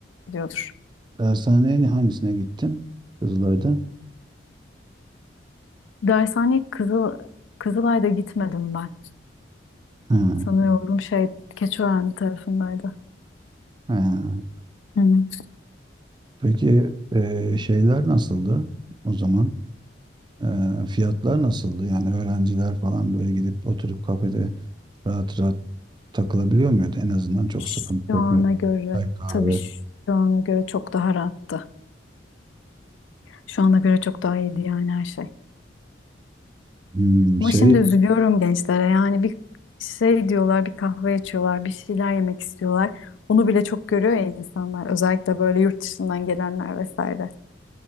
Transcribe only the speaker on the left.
gidiyordur.
Dershane Kızıl Kızılay'da gitmedim ben.
Sanıyorum şey Keçiören tarafındaydı.
Hı hı.
Şu
ana göre
tabii şu şu ana göre çok daha rahattı. Şu ana göre çok daha iyiydi yani her şey.
Ama
şimdi üzülüyorum gençlere yani bir şey diyorlar, bir kahve içiyorlar, bir şeyler yemek istiyorlar. Onu bile çok görüyor ya insanlar. Özellikle böyle yurt dışından gelenler vesaire.